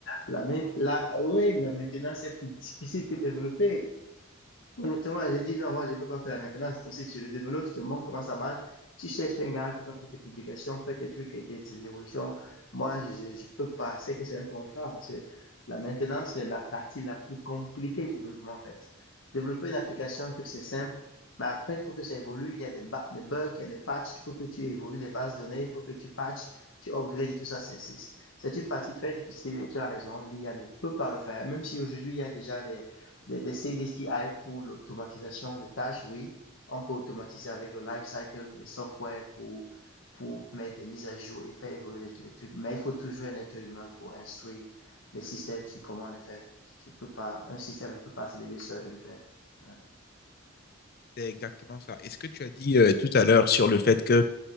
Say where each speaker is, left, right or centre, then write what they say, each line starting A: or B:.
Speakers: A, on the left; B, on the left.
A: la, la, ouais, la maintenance est plus difficile que développer. Honnêtement, j'ai dit non, moi je ne peux pas faire la maintenance. Donc, si tu le développes, je te montre comment ça marche. Tu cherches un gars qui va faire tes publications, faire tes trucs et tes, tes évolutions. Moi, je, je peux pas. C'est que c'est un contrat parce que la maintenance, c'est la partie la plus compliquée du développement en fait. Développer une application, un truc, c'est simple. Mais après, il faut que ça évolue. Il y a des, des bugs, il y a des patchs. Il faut que tu évolues les bases de données. Il faut que tu patches, tu upgrades et tout ça. C'est c'est- c'est une partie très difficile et tu as raison. L'IA ne peut pas le faire. Même si aujourd'hui, il y a déjà des des, des CDCI pour l'automatisation des tâches, oui. On peut automatiser avec le lifecycle des software pour, pour mettre des mises à jour et faire évoluer les, les trucs. Mais il faut toujours un être humain pour instruire les systèmes sur comment le faire. Tu peux pas, un système ne peut pas se lever seul et le faire. Ouais.
B: C'est exactement ça. Et ce que tu as dit euh, tout à l'heure sur le fait que